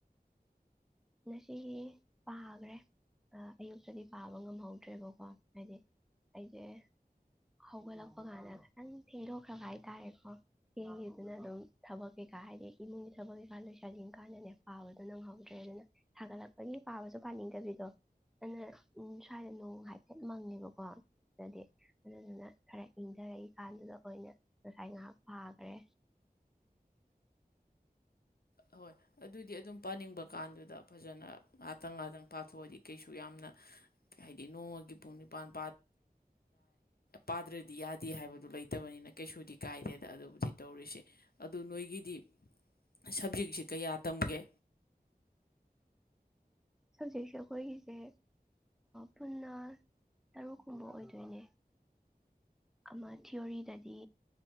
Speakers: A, in the centre; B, on the left.
A: ꯉꯁꯤꯒꯤ ꯄꯥꯈ꯭ꯔꯦ ꯑꯌꯨꯛꯇꯗꯤ ꯄꯥꯕ ꯉꯝꯍꯧꯗ꯭ꯔꯦꯕꯀꯣ ꯍꯥꯏꯗꯤ ꯑꯩꯁꯦ ꯍꯧꯒꯠꯂꯛꯄ ꯀꯥꯟꯗ ꯈꯤꯇꯪ ꯊꯦꯡꯗꯣꯛꯈ꯭ꯔꯕ ꯍꯥꯏꯇꯥꯔꯦꯀꯣ ꯆꯦꯡꯒꯤꯗꯨꯅ ꯑꯗꯨꯝ ꯊꯕꯛ ꯀꯩꯀꯥ ꯍꯥꯏꯗꯤ ꯏꯃꯨꯡꯒꯤ ꯊꯕꯛ ꯀꯩꯀꯥ ꯂꯣꯏꯁꯟꯖꯤꯟ ꯀꯥꯟꯗꯅꯦ ꯄꯥꯕꯗꯣ ꯅꯪꯍꯧꯗ꯭ꯔꯦ ꯑꯗꯨꯅ ꯁꯥꯒꯠꯂꯛꯄꯒꯤ ꯄꯥꯕꯁꯨ ꯄꯥꯅꯤꯡꯗꯕꯤꯗꯣ ꯑꯗꯨꯅ ꯎ ꯁ꯭ꯋꯥꯏꯗ ꯅꯣꯡ ꯍꯥꯏꯐꯦꯠ ꯃꯪꯉꯦꯕꯀꯣ ꯑꯗꯨꯗꯤ ꯑꯗꯨꯗꯨꯅ ꯈꯔ ꯏꯪꯊꯔꯛꯏꯀꯥꯟꯗꯨꯗ ꯑꯣꯏꯅ ꯉꯁꯥꯏ ꯉꯥꯏꯍꯥꯛ ꯄꯥꯈ꯭ꯔꯦ
B: ꯑꯣꯏ ꯑꯗꯨꯗꯤ ꯑꯗꯨꯝ ꯄꯥꯅꯤꯡꯕ ꯀꯥꯟꯗꯨꯗ ꯐꯖꯅ ꯉꯍꯥꯛꯇꯪ ꯉꯥꯏꯥꯛꯇꯪ ꯄꯥꯊꯣꯛꯑꯗꯤ ꯀꯩꯁꯨ ꯌꯥꯝꯅ ꯍꯥꯏꯗꯤ ꯅꯣꯡꯃꯒꯤ ꯄꯨꯡ ꯅꯤꯄꯥꯟ ꯄꯥꯗ꯭ꯔꯗꯤ ꯌꯥꯗꯦ ꯍꯥꯏꯕꯗꯨ ꯂꯩꯇꯕꯅꯤꯅ ꯀꯩꯁꯨꯗꯤ ꯀꯥꯏꯗꯦꯗ ꯑꯗꯨꯕꯨꯗꯤ ꯇꯧꯔꯤꯁꯦ ꯑꯗꯨ ꯅꯣꯏꯒꯤꯗꯤ ꯁꯕꯖꯤꯛꯁꯤ ꯀꯌꯥ ꯇꯝꯒꯦ
A: ꯁꯕꯖꯦꯛꯁꯦ ꯑꯩꯈꯣꯏꯒꯤꯁꯦ ꯄꯨꯟꯅ ꯇꯔꯨꯛꯀꯨꯝꯕ ꯑꯣꯏꯗꯣꯏꯅꯦ ꯑꯃ ꯊꯤꯑꯣꯣꯔꯤꯗꯗꯤ